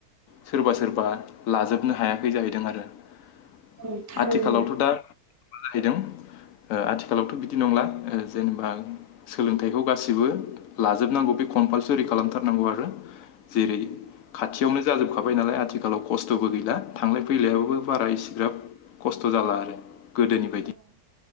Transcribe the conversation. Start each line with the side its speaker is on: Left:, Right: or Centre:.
Left: सोरबा सोरबा लाजोबनो हायाखै जाहैदों <inaudible> आथिखालावथ'
Right: औ थारैनो
Left: दा जाहैदों आथिखालावथ' बिदि नंला जेनेबा सोलोंथाइखौ गासिबो लाजोबनांगौ बे कमपालसरि खालामथारनांगौ आरो। जेरै खाथियावनो जाजोबखा थाबाय नालाय आथिखालाव खस्थ'बो गैला थांलाय फैलायाबाबो बारा इसिग्राब खस्थ' जाला आरो। गोदोनि बायदि
Right: औ